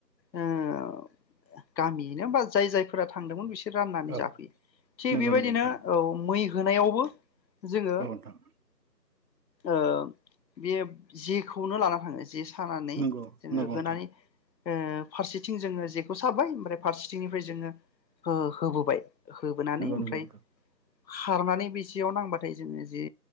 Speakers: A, on the left (about 80°); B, on the right (about 60°).
A: ओ गामियैनो बा जाय जायफोरा थांदोंमोन बिसोर राननानै
B: औ
A: जाफैयो थिग
B: नंगौ
A: बेबायदिनो
B: नंगौ नोंथां
A: औ मै होनायावबो जोङो
B: औ नोंथां
A: ओ बे जि खौनो लाना थाङो जे सानानै
B: नंगौ नंगौ नोंथां
A: जोङो होनानै ओ फारसेथिं जोङो जेखौ साबाय ओमफ्राय फारसेथिंनिफ्राय जोङो होबोबाय होबोनानै
B: नंगौ
A: ओमफ्राय
B: नंगौ नोंथां
A: खारनानै बेसेयाव नांबाथाय जोङो जे